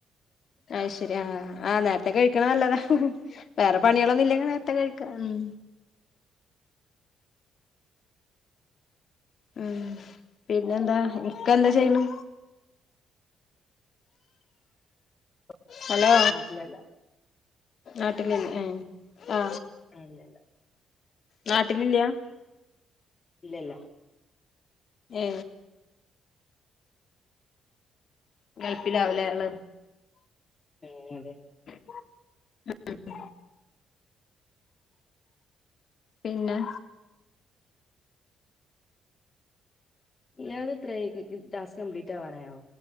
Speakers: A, on the left; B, on the left.
A: അയിശരി ആഹ് നേരത്തെ കഴിക്കണത് നല്ലതാ വേറെ പണികളൊന്നും ല്ലങ്കി നേരത്തെ കഴിക്കാ മ്മ്. മ്മ് പിന്നെ എന്താ ഇക്ക എന്താ ചെയ്യണ്.
B: <inaudible>
A: ഹലോ
B: നാട്ടിലല്ല
A: ആട്ടില ആ
B: ആല്ലല്ല.
A: നാട്ടിലില്ല.
B: ഇല്ലല്ല.
A: എ ഗൾഫിലാവല ഉള്ള.
B: ആ അതെ.
A: ഉഹ. പിന്നെ
B: ഇല്ലാത ഇത്ര ടാസ്ക് കംപ്ലീറ്റ് ആവാനായോ.